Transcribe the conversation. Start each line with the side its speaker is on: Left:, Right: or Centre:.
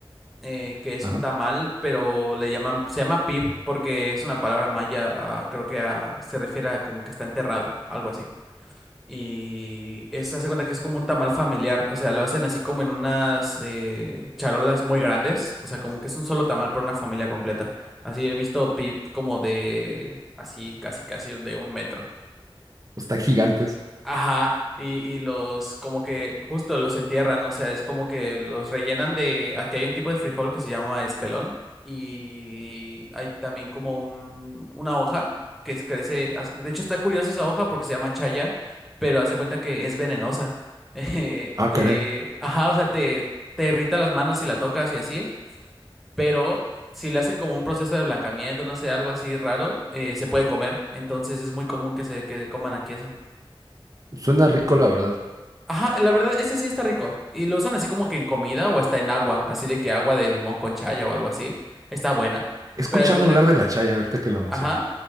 Centre: eh, que es
Right: Ajá.
Centre: un tamal, pero le llaman, se llama pib porque es una palabra maya, ah, creo que ah, se refiere a como que está enterrado, algo así. Y es, hace cuenta que es como un tamal familiar, o sea, lo hacen así como en unas eh, charolas muy grandes, o sea, como que es un solo tamal para una familia completa. Así he visto pib como de, así, casi, casi de un metro.
Right: Están gigantes.
Centre: Ajá, y, y los como que justo los entierran, o sea, es como que los rellenan de, aquí hay un tipo de frijol que se llama espelón y hay también como un, una hoja que es- crece, hace- de hecho está curiosa esa hoja porque se llama chaya, pero haz de cuenta que es venenosa. <laughs> Eh,
Right: Ah,
Centre: te,
Right: caray.
Centre: ajá, o sea, te, te irrita las manos si la tocas y así, pero si le hacen como un proceso de blancamiento, no sé, algo así raro, eh, se puede comer, entonces es muy común que se que coman aquí eso.
Right: Suena rico, la verdad.
Centre: Ajá, la verdad, ese sí está rico. Y lo usan así como que en comida o hasta en agua, así de que agua de limón con chaya o algo así. Está buena.
Right: He escuchado
Centre: Pero haz de cuenta
Right: hablar
Centre: que,
Right: de la chaya ahorita que lo menciono,
Centre: Ajá.